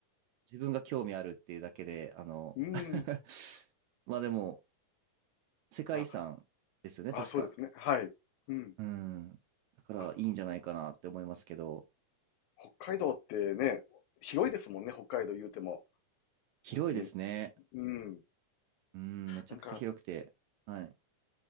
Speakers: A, on the right (about 80°); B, on the left (about 75°).
A: 自分が興味あるっていうだけで、あの
B: うーん、
A: <laughs> まあでも、世界遺産ですよね、
B: まあ、
A: 確か。
B: あ、そうですね。はい。うん。
A: うん。だからいいんじゃないかなって思いますけど、
B: ま、北海道ってね、広いですもんね、北海道言うても。
A: 広いですね。
B: 本当に。うん。
A: うん、めちゃくちゃ広くて。
B: なんか、
A: はい。